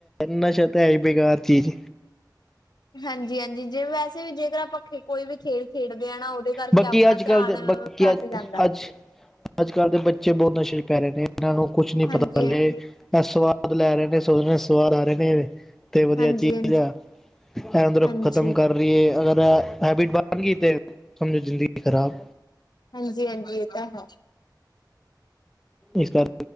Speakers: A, in the centre; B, on the left.
A: ਨਸਾ ਤਾਂ ਹੈਈ ਬੇਕਾਰ ਚੀਜ਼।
B: ਹਾਂਜੀ-ਹਾਂਜੀ ਜੇ ਵੈਸੇ ਵੀ ਜੇਕਰ ਆਪਾਂ ਕੋਈ ਵੀ ਖੇਡ ਖੇਡਦੇ ਆ ਨਾ ਉਹਦੇ ਕਰਕੇ
A: ਬਾਕੀ
B: ਆਪਣਾ
A: ਅੱਜ-ਕੱਲ੍ਹ
B: ਧਿਆਨ
A: ਦੇ ਬਾਕੀ
B: ਘੱਟ
A: ਅੱਜ,
B: ਜਾਂਦਾ
A: ਅੱਜ ਅੱਜ-ਕੱਲ੍ਹ ਦੇ ਬੱਚੇ ਬਹੁਤ ਨਸ਼ੇ ਪੈ ਰਹੇ ਨੇ, ਇਹਨਾਂ ਨੂੰ ਕੁਛ ਨੀ
B: ਹਾਂਜੀ-ਹਾਂਜੀ,
A: ਪਤਾ ਹਲੇ। ਸਵਾਦ ਲੈ ਰਹੇ ਨੇ ਸੋਸਲ ਸਵਾਰਾ। ਨੇ ਤੇ ਵਧੀਆ
B: ਹਾਂਜੀ-ਹਾਂਜੀ,
A: ਚੀਜ਼ ਆ, ਇਹ ਅੰਦਰੋਂ
B: ਹਾਂਜੀ।
A: ਖਤਮ ਕਰ ਰੀ ਏ ਅਗਰ ਹੈਬਿਟ ਬਣ ਗੀ ਤੇ। ਸਮਝੋ ਜ਼ਿੰਦਗੀ ਖ਼ਰਾਬ।
B: ਹਾਂਜੀ-ਹਾਂਜੀ ਇਹ ਤਾਂ ਹੈ।
A: ਇਸ ਕਰ